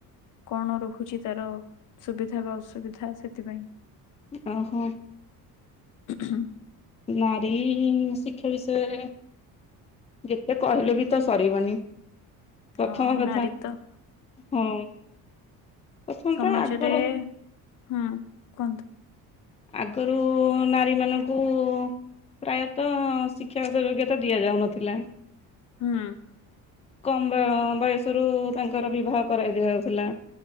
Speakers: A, on the left; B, on the left.
A: କଣ ରହୁଛି ତାର ସୁବିଧା ବା ଅସୁବିଧା ସେଥିପାଇଁ।
B: ଓହୋ।
A: ହଁ
B: ନାରୀ ଶିକ୍ଷା ବିଷୟରେ ଯେତେ କହିଲେ ବି ତ ସରିବନି। ପ୍ରଥମ
A: ହଁ
B: କଥା
A: ନାରୀ ତ
B: ହଁ। ପ୍ରଥମତଃ
A: ସମାଜରେ
B: ଆଗରୁ
A: ହୁଁ କୁହନ୍ତୁ
B: ଆଗରୁ ନାରୀ ମାନଙ୍କୁ ପ୍ରାୟତଃ ଶିକ୍ଷାଗତ ଯୋଗ୍ୟତା ଦିଆ ଯାଉନଥିଲା।
A: ହଁ
B: କମ ବ ବୟସରୁ ତାଙ୍କର ବିବାହ କରାଇ ଦିଆଯାଉଥିଲା।